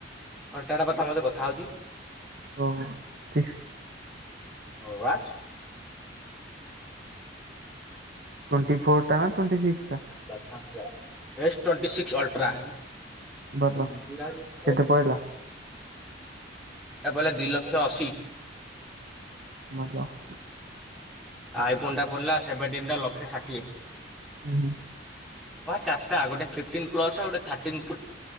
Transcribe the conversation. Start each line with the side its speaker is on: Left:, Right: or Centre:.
Centre: ଅଲଟା ଟା ବା ତମ କଥା ହଉଛି।
Right: ଓ ସିକସ
Centre: ହ ବା
Right: ଟ୍ୱଣ୍ଟି ଫୋର୍ଟ ଟ ନା ଟ୍ୱଟିିକ୍ସ
Centre: ଯ ଏସ୍ ଟ୍ୱଟି ସିକ୍ସ ଅଲଟ୍ରା ହଁ
Right: ଭଲ
Centre: ପୁର ଦ <unintelligible>
Right: କେତେ ପଇଲା
Centre: ଏବେଲେ ଦୁଇ ଲକ୍ଷ ଅଶୀ
Right: ମଜା ଆସୁଛି।
Centre: ଆଇ ଫୋନ୍ ଟା ପଡିଲା ସେଭେଣ୍ଟିନା ଲକ୍ଷେ ଷାଠିଏ
Right: ହୁଁ ହୁଁ।
Centre: ଚାରିଟା ଗୋଟେ ଫିଫ୍ଟିନ ପ୍ଲସ ଗୋଟେ ଥିର୍ଟିଁ ନ